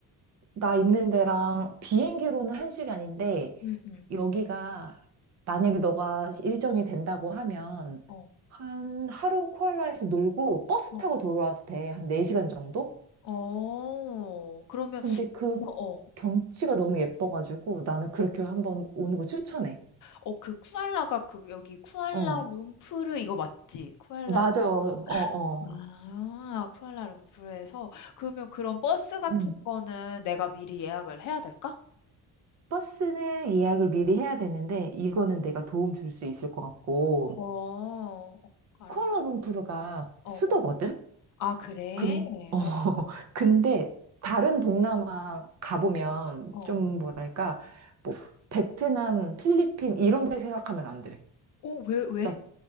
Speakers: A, on the right (about 45°); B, on the left (about 55°).
A: 나 있는 데랑 비행기로는 한시간인데
B: 응, 응.
A: 여기가 만약에 너가 일정이 된다고 하면
B: 어,
A: 한 하루 쿠알라에서 놀고 버스
B: 어.
A: 타고 돌아와도 돼. 한 네시간 정도?
B: 어, 그러면,
A: 근데 그
B: 뭐, 어.
A: 경치가 너무 예뻐가지고 나는 그렇게 한번 오는 거 추천해.
B: 어, 그 쿠알라가 그 여기 쿠알라룸푸르
A: 어.
B: 이거 맞지? 쿠알라룸푸르.
A: 맞아. 어, 어.
B: 아, 쿠알라룸푸르에서 그러면 그런 버스 같은
A: 음.
B: 거는 내가 미리 예약을 해야 될까?
A: 버스는 예약을 미리 해야 되는데 이거는
B: 어,
A: 내가 도움 줄 수 있을 것 같고
B: 어, 어, 알았습니다.
A: 쿠알라룸푸르가
B: 어,
A: 수도거든?
B: 어. 아, 그래?
A: 근, 어, <laughs>
B: 어,
A: 근데 다른 동남아 가보면
B: 어.
A: 좀 뭐랄까, 뭐, 베트남, 필리핀 이런 데 생각하면 안 돼.
B: 어, 왜, 왜?
A: 나,